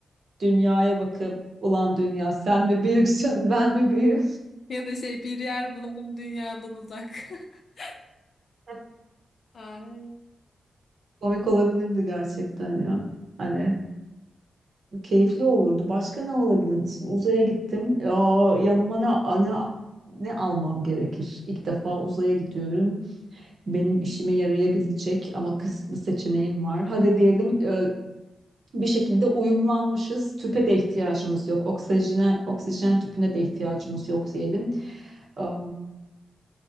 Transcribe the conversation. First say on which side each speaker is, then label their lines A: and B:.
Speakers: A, on the right (about 65°); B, on the left (about 65°).
A: dünyaya bakıp ulan dünya sen mi büyüksün ben mi büyüğüm?
B: Ya da şey bir yer bulalım dünyadan uzak. <laughs>
A: <laughs>
B: Ay.
A: Komik olabilirdi gerçekten ya. Hani keyifli olurdu. Başka ne olabilirdi? Şimdi uzaya gittim. Aa, yanıma ne, ne, ne almam gerekir? İlk defa uzaya gidiyorum. Benim işime yarayabilecek ama kısıtlı seçeneğim var. Hadi diyelim e, bir şekilde uyumlanmışız. Tüpe de ihtiyacımız yok. Oksijene, oksijen tüpüne de ihtiyacımız yok diyelim. Aa,